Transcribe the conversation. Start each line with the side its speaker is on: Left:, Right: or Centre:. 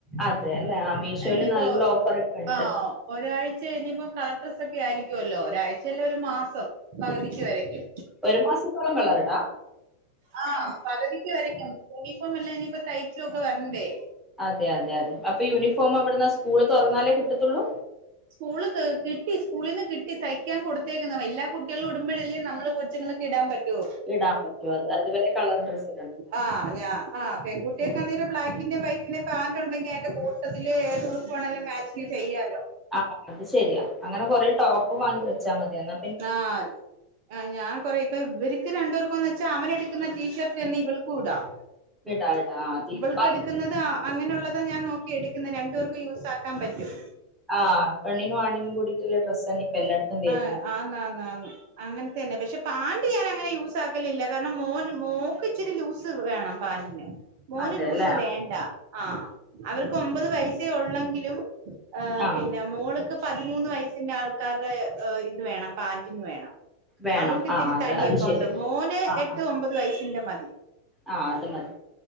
Centre: അതെ അല്ലേ ആഹ് മീഷോല്
Right: ഇനിയിപ്പോ
Centre: നല്ല ഓഫർ ഒക്കെ ഉണ്ട്
Right: ആ ഒരാഴ്ച ഇനിയിപ്പം കളർ ഡ്രസ്സ് ഒക്കെ ആയിരിക്കുവല്ലോ ഒരാഴ്ചല്ല ഒരു മാസം പകുതിക്ക് വരയ്ക്കും
Centre: ഒരു മാസത്തോളം കളറിടാം
Right: ആഹ് പകുതിക്ക് വരേയ്ക്കും യൂണിഫോം എല്ലാം ഇനിയിപ്പോ തയ്ച്ചുവൊക്കെ വരണ്ടേ
Centre: അതെ അതെ അതെ അപ്പൊ യൂണിഫോം എവിട് ന്നാ സ്കൂള് തുറന്നാലേ കിട്ടത്തുള്ളൂ
Right: സ്കൂള് കിട്ടി സ്കൂളിന്ന് കിട്ടി തയ്ക്കാൻ കൊടുത്തേക്കുന്ന് അപ്പൊ എല്ലാ കുട്ടികളും ഇടുമ്പോഴല്ലേ നമ്മള് കൊച്ചുങ്ങള് ഇടാൻ പറ്റോ
Centre: ഇടാൻ പറ്റും അത് അത് വരെ കളർ ഡ്രസ്
Right: ആഹ് യാ ആഹ് പെൺകുട്ട്യാക്ക്‌ ക്കന്നേരം ബ്ലാക്കിന്റേം വൈറ്റിന്റേം പാന്റ് ഉണ്ടെങ്കി അതിന്റെ കൂട്ടത്തില്ഏത് ഉടുപ്പ് വേണെങ്കിലും മാച്ചിത്ചെയ്യാലോ
Centre: ആഹ് അത് ശരിയാ അങ്ങനെ കൊറേ ടോപ്പ് വാങ്ങി വെച്ചാൽ മതി എന്ന
Right: ആഹ് ആഹ് ഞാൻ കുറെ ഇപ്പ ഇവർക്ക് രണ്ടുപേർക്കന്ന് വച്ചാ അവൻ എടുക്കുന്ന ടീ ഷർട്ട് തന്നെ ഇവൾക്കും ഇടാം
Centre: ഇടാ ഇടാ അതിപ്പ
Right: ഇവൾക്ക് എടുക്കുന്നത് അങ്ങനെയുള്ളതാ ഞാൻ നോക്കി എടുക്കുന്നേ രണ്ടു പേർക്കും യൂസ് ആ- ക്കാൻ പറ്റും
Centre: ആഹ് പെണ്ണിനും ആണിനും കൂടിട്ടുള്ള ഡ്രസ്സന്ന ഇപ്പ എല്ലായിടത്തും വരുന്നെ
Right: ആഹ് ആന്നാന്നാന്ന് അങ്ങനെത്തന്നെ പക്ഷെ പാന്റ് ഞാനങ്ങനെ യൂസ് ആക്കലില്ല കാരണം മോന് മോക്ക് ഇച്ചിരി ലൂസ് വേണം പാന്റിന് മോന്
Centre: അതെല്ലേ
Right: ലൂസ് വേണ്ട ആഹ് അവർക്ക് ഒമ്പത് വയസ്സേ ഒള്ളെങ്കിലും ഏഹ്
Centre: ആഹ്
Right: പിന്നെ മോൾക്ക് പതിമൂന്ന് വയസിന്റെ ആൾക്കാരുടെ ഏഹ് ഇത് വേണം പാന്റിന് വേണം
Centre: വേണം
Right: അവക്ക് ഇത്തിരിതടിയൊക്കെ
Centre: ആഹ് അത് അത് ശരി
Right: ഒണ്ട് മോന്
Centre: ആഹ്
Right: എട്ട്
Centre: ആഹ്
Right: ഒമ്പത് വയസ്സിന്റെ മതി
Centre: ആഹ് അത് മതി